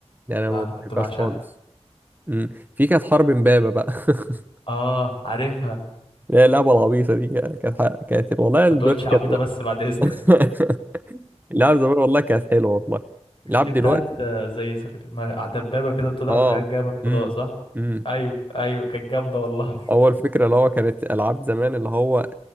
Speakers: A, on the right (about 15°); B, on the left (about 45°).
A: يعني انا
B: لا
A: ما
B: أنا كنت
A: بحبهاش
B: بعشقها
A: خالص امم في كانت حرب امبابه بقى <laughs>
B: اه عارفها
A: اللي هي اللعبه العبيطه دي كا- كانت ح- كانت والله الدنيا
B: ما تقولش عبيطة
A: كانت
B: بس بعد إذنك
A: <laughs> اللعب زمان والله كانت حلوه والله
B: <laughs> مش
A: اللعب
B: دي بتاعت
A: دلوقتي
B: آه، زي سف... ما- دبابة كده بتضرب
A: اه
B: حاجات جاية من الفضاء
A: امم
B: صح؟
A: امم
B: أيوه أيوه كانت جامدة والله
A: اول فكره اللي هو كانت العاب زمان اللي هو